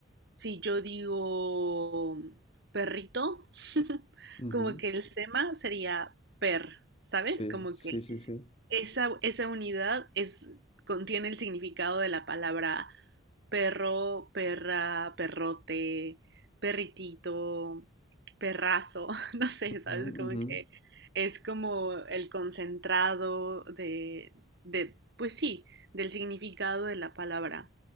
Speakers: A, on the right (about 55°); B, on the left (about 30°).
A: si yo digo perrito, <laughs>
B: Ujú.
A: como que el sema sería per, ¿sabes?
B: Sí,
A: Como
B: sí,
A: que
B: sí, sí.
A: esa, esa unidad es, contiene el significado de la palabra perro, perra, perrote, perritito, perrazo, <laughs> no sé,
B: Ujú,
A: ¿sabes? Como
B: ujú.
A: que es como el concentrado de, de, pues sí, del significado de la palabra.